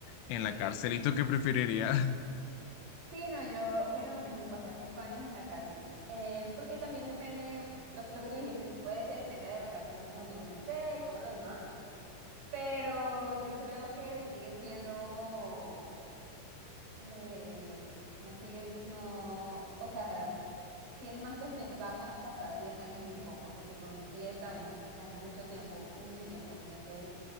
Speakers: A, on the left; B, on the right.
A: en
B: Sí.
A: la cárcel. ¿Y tú qué preferirías? <laughs>
B: Sí, no, yo opino lo mismo, pasar cinco años en la cárcel. Em, porque también depende, lo, lo que tú dijiste, puede que dependa de la cárcel donde uno esté y todo lo demás, pero yo creo que sigue siendo, eh, no sigue, no, o sea, tiene más desventaja pasar 10 años en coma, porque son 10 años, o sea, es mucho tiempo, mucho tiempo. Entonces,